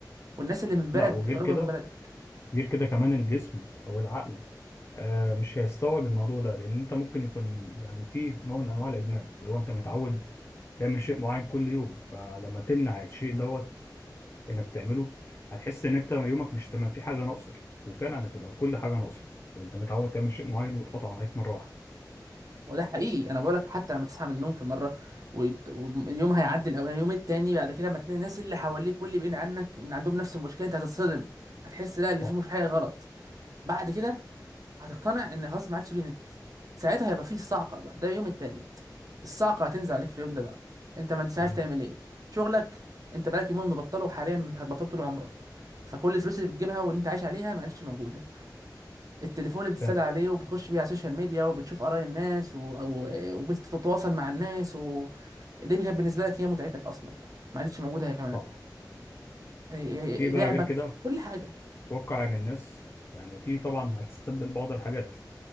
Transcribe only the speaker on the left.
لا وغير
كده
غير كده كمان الجسم او العقل آه مش هيستوعب الموضوع ده لان انت ممكن يكون يعني في نوع من انواع الادمان اللي هو انت متعود تعمل شيء معين كل يوم فلما تمنع الشيء دوت انك تعمله هتحس ان انت يومك مش تمام في حاجه ناقصه وفعلا هتبقى كل حاجه ناقصه انت متعود تعمل شيء معين واتقطع عليك مره واحده
صح
تمام
فاهم
صح
في بقى
غير كده
اتوقع ان الناس يعني في طبعا هتستبدل بعض الحاجات